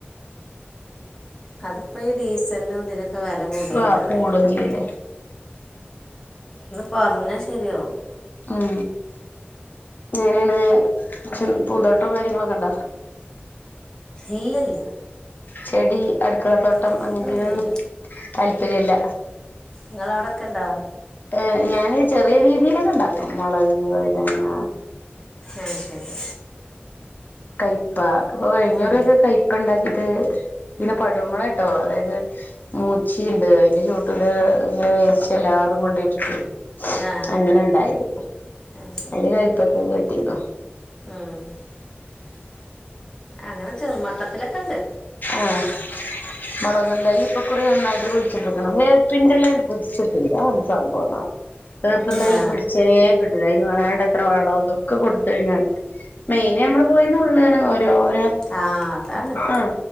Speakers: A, on the left; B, on the left.
A: അതിപ്പോം ഈ ഡീസലിനും ഇതിനൊക്കെ വില കൂടിയല്ലാതായിരിക്കും
B: ആ കൂടും ചെയ്യലേ
A: ഒന്ന് കൊറഞ്ഞ ശെരിയാവും
B: ഉം എങ്ങനെയാണ് പക്ഷേ പൂന്തോട്ടം കാര്യങ്ങളൊക്കെ ഉണ്ടോ
A: ഇല്ല ഇല്ല
B: ചെടി, അടുക്കള തോട്ടം
A: അങ്ങനത്തെ
B: അങ്ങനത്തെനൊന്നും
A: ഒന്നുമില്ല
B: താല്പര്യല്ല
A: ഇങ്ങളെ അവിടെ ഒക്കെണ്ടോ
B: ഏഹ് ഞാന് ചെറിയ രീതിയിലൊക്കെ ഉണ്ടാക്കും മൊളക്, വഴുതനങ്ങ
A: അഹ് ശരി
B: കയ്പാ ഇപ്പൊ കഴിഞ്ഞ
A: ഉം.
B: കുറി ഒക്കെ കയ് പ്പ ഇണ്ടാക്കിട്ട് പിന്നെ പടൂ മൊള കേട്ടോ അതായത് മൂച്ചിയുണ്ട് അതിന്റെ ചുവട്ടിൽ ഇങ്ങെനെ വേസ്റ്റ് എല്ലാതും കൊണ്ടോയിട്ടിട്ടെ
A: ആ
B: അങ്ങനെ ഇണ്ടായത്
A: അത്
B: അതില് കയ്പ്പക്ക കിട്ടീന്നു
A: ആഹ് അങ്ങനെ ചെറുമട്ടത്തിലൊക്കെണ്ട്
B: ആഹ് മൊളകും തൈ ഇപ്പക്കുറി നന്നായിട്ട് കുഴിച്ചിട്ട്ക്ക്ണ് വേപ്പിന്റെല അണ് പിടിച്ചിട്ടൂല്ല അതെന്താ സംഭവന്ന് ആവോ വേപ്പിൻതൈ
A: ആ
B: പിടിച്ചേ കിട്ടില്ല അതിന് വേണ്ടത്ര വളം ഇതൊക്കെ കൊടുത്ത് കഴിഞ്ഞാലും മെയിന് നമ്മള് പോയി നുള്ളാണ് ഓരോരോ
A: ആ അതാണ്
B: ആഹ്